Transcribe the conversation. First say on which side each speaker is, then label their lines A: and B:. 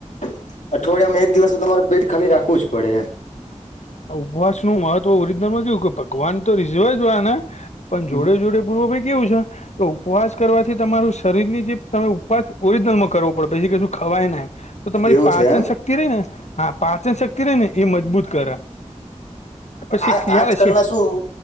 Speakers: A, on the left (about 85°); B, on the left (about 70°).
A: અઠવાડિયામાં એક દિવસ તો તમારું પેટ ખાલી રાખવું જ પડે એમ.
B: ઉપવાસ નું મહત્વ ઓરિજનલ માં કેવુ ભગવાન તો રીઝવે જીયેને. પણ જોડે
A: હમ
B: જોડે પૂર્વ ભાઈ કેવું છે, તો ઉપવાસ કરવાથી તમારું શરીરની જે તમે ઉપવાસ ઓરિજિનલમાં કરવો પડે પછી કું ખવાય ને એમ, તો તમારી
A: એવું
B: પાચન
A: છે એમ
B: શક્ શક્તિ રને હા પાચન શક્તિ રહી ને એ મજબૂત કરે. પછી
A: આ
B: ખ્યાલ
A: આજકાલના
B: છે
A: શું